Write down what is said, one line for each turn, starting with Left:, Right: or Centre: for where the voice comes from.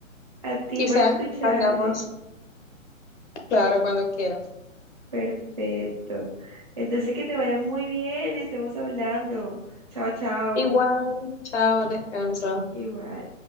Right: A ti
Left: quizás
Right: por escucharme.
Left: hablamos, claro, cuando quieras.
Right: Perfecto. Entonces que te vaya muy bien, estemos hablando. Chao, chao.
Left: Igual, chao, descansa.
Right: Igual.